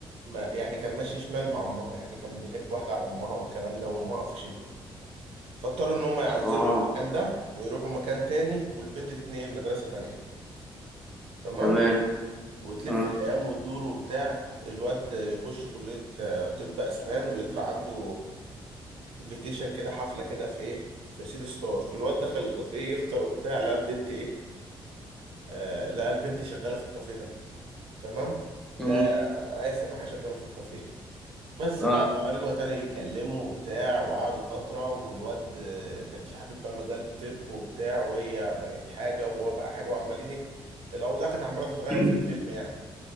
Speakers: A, on the right; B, in the centre.
A: ما يعني كان ماشي شمال مع امها يعني كان بيحب واحده على امها والكلام ده وامها قفشته فاضطروا ان هم يعزلوا
B: اه
A: المكان ده ويروحوا مكان تاني والبنت تتنقل مدرسه تانية تمام
B: تمام
A: وتلف
B: اه
A: الايام وتدور وبتاع الواد يخش كليه آه، طب اسنان ويطلع عنده انفيتيشن كده حفله كده في ايه في سيتي ستار فالواد دخل الكافيه يفطر وبتاع لقى البنت ايه آه لقى البنت شغاله في الكافيه ده تمام
B: مم.
A: لا آية سماحة شغالة في الكافيه بس
B: اه
A: بقى فرجعوا تاني يتكلموا وبتاع وقعدوا فترة والواد آه، كانش حابب بقى مجال الطب وبتاع وهي بقت حاجة وهو بقى حاجة وعمالين ايه الأوضاع كانت عمالة تتغير
B: <clears throat>
A: في الفيلم يعني